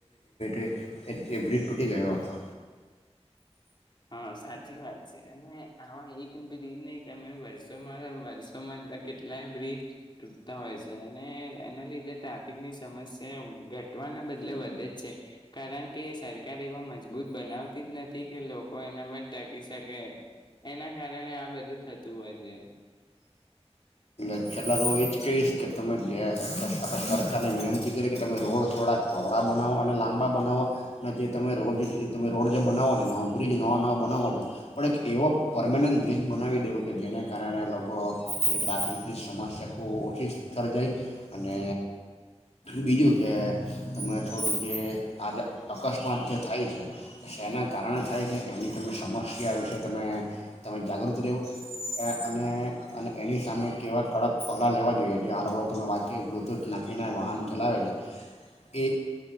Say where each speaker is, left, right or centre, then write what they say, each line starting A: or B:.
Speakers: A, on the left; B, on the left.
A: એ એ બ્રિજ તૂટી ગયો હતો
B: હા સાચી વાત છે અને આવા એક બ્રિજ નહી તમે વર્ષોમાં વર્ષોમાં કેટલાય બ્રિજ તૂટતા હોય છે અને એના લીધે ટ્રાફિકની સમસ્યા ઘટવાને બદલે વધે જ છે કારણ કે સરકાર એવા મજબૂત બનાવતી જ નથી કે કોઈ એના પર ટકી શકે એના કારણે આ બધું થતું હોય છે
A: એટલા તો હું એ જ કહીશ કે તમે જે આપણે સરકારને વિનંતી કરી કે તમે રોડ થોડાક કોળા બનાવો અને લાંબા બનાવો અનેને જે તમે રોજ તમે રોડ જે બનાવો છે નવો બ્રિજ નવા નવા બનાવો છેો પણ એક એવો પરર્મનન્ટ બ્રિજ બનાવી દેવો કે જેને કારણે લોકોની ટ્રાફિક ની સમસ્યા ખૂબ ઓછી સ્થરે જાય અને બીજું કે તમે થોડુંક જે આજે અકસ્માત જે થાય છે શના કારણે થાય છે એની તમે સમસ્યા વિશે તમે તમે જાગૃત રહેવો એ અને અને એની સામે કેવા કડક પગલાં લેવા જોઈએ જે આ લોકો તમે વાત કરી બ્લુટૂથ નાખીને વાહન ચલાવે છે એ